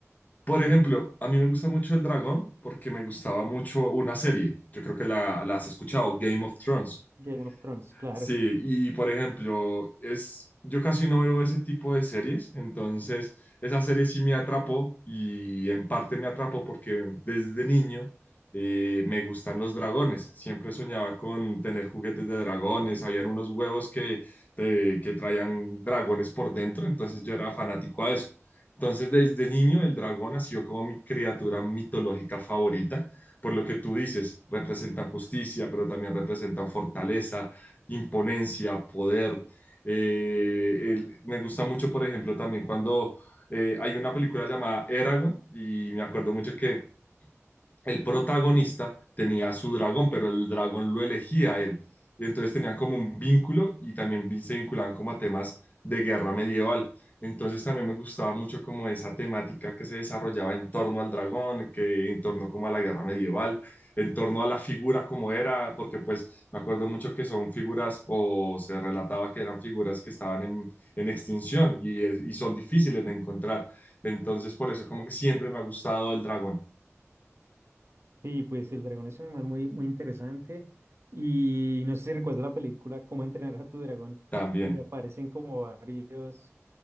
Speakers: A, on the left (about 35°); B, on the right (about 55°).
A: Por ejemplo, a mí me gusta mucho El Dragón porque me gustaba mucho una serie. Yo creo que la, la has escuchado, Game of Thrones.
B: Game of Thrones, claro.
A: Sí, y por ejemplo, es, yo casi no veo ese tipo de series, entonces esa serie sí me atrapó y en parte me atrapó porque desde niño eh, me gustan los dragones, siempre soñaba con tener juguetes de dragones, habían unos huevos que, te- que traían dragones por dentro, entonces yo era fanático a eso. Entonces desde niño el dragón ha sido como mi criatura mitológica favorita, por lo que tú dices, representan justicia, pero también representan fortaleza imponencia, poder. Eh, el- me gusta mucho, por ejemplo, también cuando eh, hay una película llamada Eragon y me acuerdo mucho que el protagonista tenía su dragón, pero el dragón lo elegía a él. Y entonces tenían como un vínculo y también vi- se vinculaban como a temas de guerra medieval. Entonces también me gustaba mucho como esa temática que se desarrollaba en torno al dragón, que en torno como a la guerra medieval, en torno a la figura como era, porque pues me acuerdo mucho que son figuras o se relataba que eran figuras que estaban en, en extinción y, es- y son difíciles de encontrar. Entonces por eso como que siempre me ha gustado el dragón
B: Y pues el dragón es un animal muy, muy interesante y no sé si recuerdas la película Cómo entrenar a tu dragón,
A: también.
B: donde aparecen como varios...